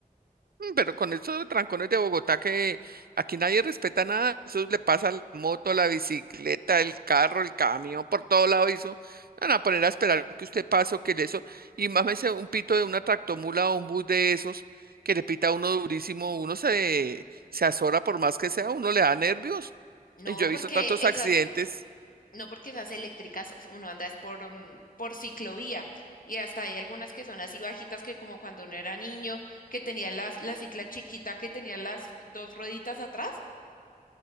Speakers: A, on the right; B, on the left.
A: Mm, Pero con estos trancones de Bogotá que aquí nadie respeta nada, eso le pasa a la moto, la bicicleta, el carro, el camión, por todo lado eso. Van a poner a esperar que usted pase o que le eso. Y mámese un pito de una tractomula o un bus de esos que le pita a uno durísimo, uno se, se azora por más que sea, uno le da nervios.
B: No
A: Y yo he
B: porque
A: visto tantos
B: esas,
A: accidentes.
B: no porque esas eléctricas uno anda es por, mm, por ciclovía y hasta hay algunas que son así bajitas que como cuando uno era niño, que tenía las, la cicla chiquita, que tenía las dos rueditas atrás